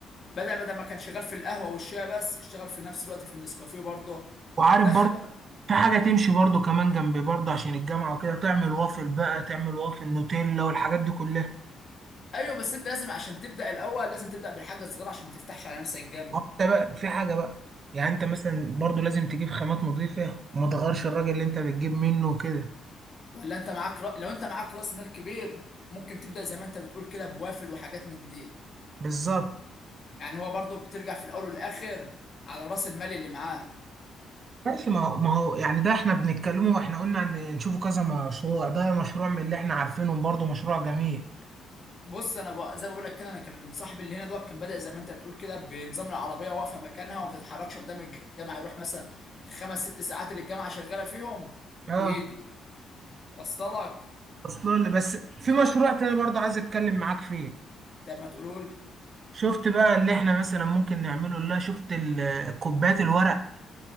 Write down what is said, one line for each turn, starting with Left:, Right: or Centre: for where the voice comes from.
Left: بدأ بدل ما كان شغال في القهوه والشاي بس اشتغل في نفس الوقت في النسكافيه برضه
Right: وعارف
Left: دخل
Right: برضو في حاجه تمشي برضو كمان جنبي برضو عشان الجامعه وكده تعمل وافل بقى تعمل وافل نوتيلا والحاجات دي كلها
Left: ايوه بس انت لازم عشان تبدا الاول لازم تبدا بالحاجه الصغيره عشان ما تفتحش على نفسك جامد
Right: وانت بقى في حاجه بقى يعني انت مثلا برضو لازم تجيب خامات نظيفه وما تغيرش الراجل اللي انت بتجيب منه وكده
Left: ولا انت معاك رأ... لو انت معاك راس مال كبير ممكن تبدا زي ما انت بتقول كده بوافل وحاجات من دي
Right: بالظبط
Left: يعني هو برضه بترجع في الاول والاخر على راس المال اللي معاه
Right: ماشي ما هو ما هو يعني ده احنا بنتكلمه واحنا قلنا ان نشوفه كذا مشروع ده مشروع من اللي احنا عارفينهم برضو مشروع جميل
Left: بص انا ب... زي ما بقول لك كده انا كان صاحبي اللي هنا دوت كان بدا زي ما انت بتقول كده بنظام العربيه واقفه مكانها وما بتتحركش قدام الجامعه يروح مثلا الخمس ست ساعات اللي الجامعه شغاله فيهم
Right: اه
Left: ويجي وصل لك
Right: اصلا بس في مشروع تاني برضه عايز اتكلم معاك فيه
Left: طب ما تقولوا لي
Right: شفت بقى اللي احنا مثلا ممكن نعمله لا شفت ال- كوبايات الورق